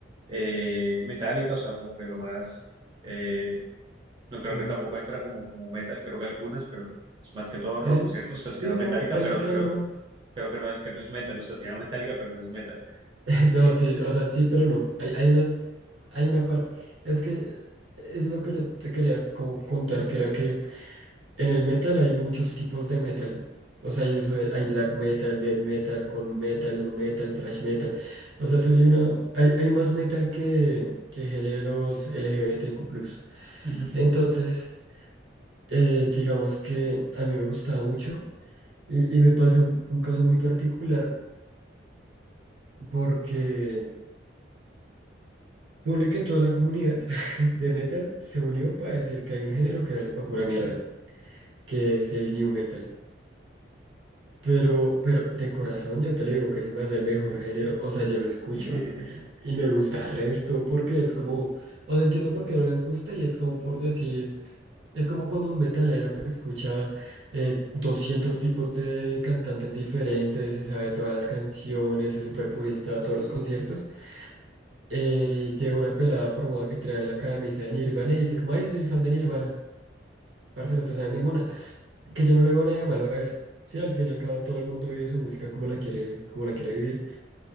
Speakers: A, on the right (about 25°); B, on the right (about 85°).
A: Eh, Metallica, o sea, como que lo más, eh, no creo
B: Mm.
A: que tampoco entra como, como metal, creo que algunas, pero es más que todo rock,
B: Sí,
A: ¿cierto? O sea, se
B: sí,
A: llama
B: no,
A: Metallica,
B: Metallica
A: pero creo,
B: no.
A: creo que no es que no es metal, o sea, se llama Metallica, pero no es metal.
B: <laughs>
A: Eh,
B: No, sí, o sea, sí, pero no. Hay, hay unas, hay una parte. Es que es lo que yo te quería como contar, que era que En el metal hay muchos tipos de metal. O sea, yo soy, hay black metal, death metal, con metal, nu metal, thrash metal. O sea, soy una, hay, hay más metal que, que géneros LGBTQ+.
A: <laughs>
B: Entonces, eh, digamos que a mí me gustaba mucho y, y me pasa un, un caso muy particular porque ponle que toda la comunidad <laughs> de metal se unió para decir que hay un género que vale para pura mierda, que es el new metal. Pero, pero de corazón yo te lo digo que se me hace el mejor género. O sea, yo lo escucho
A: <laughs>
B: y me gusta el resto porque es como, o sea, entiendo por qué no les gusta y es como por decir, es como cuando un metalero que escucha eh, 200 tipos de cantantes diferentes, se sabe todas las canciones, es súper purista a todos los conciertos, eh, llega una pelada por moda que trae la camisa de Nirvana y dice, como, ay, soy fan de Nirvana. Parce, no te sabes ninguna que yo no le veo nada de malo a eso. Sí, al fin y al cabo todo el mundo vive su música como la quiere, como la quiere vivir,